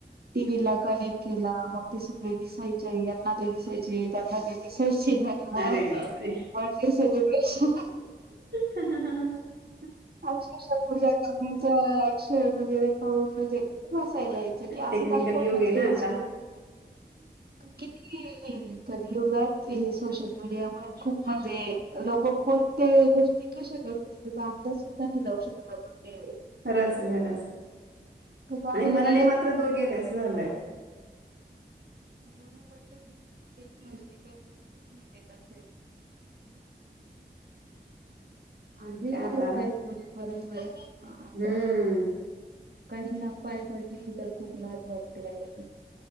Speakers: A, on the right; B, on the right.
A: टी व्ही ला कनेक्ट केला मग ते सगळे दिसायचे यांना ते दिसायचे त्यांना ते दिसायचे नाही
B: अरे बापरे
A: बडे सेलिब्रेशन
B: ह ह
A: अक्षरश पूजा करण्याचं अक्षर वगैरे करून म्हणजे खूप हसायला यायचं की असं
B: टेक्निकल
A: कसं
B: युग
A: म्हणजे
B: आहे ना आता
A: किती कं युगांत हे सोशल मीडियां मु खूंप म्हणजे लोकं कोणत्यां गोष्टीं कशा घेतील अंदाज कीतां जाऊं शकतं आपणं केळे
B: खरंच आहे खरंच
A: वेळेस
B: आणि मनानें
A: रिअल
B: मांत्र दूंर गेले असं झालंय
A: जुन्यां पद्धतीं म्हणजे ते कांहीं व्हॅल्यूचं नाहीं देतं असेलं
B: काय
A: आंजही आहेतं
B: आता
A: कांहीं दो परंपरा आतां
B: हम्म
A: कांहीं नां पांय पडांयची तरं खूंप लांज वाटतें कां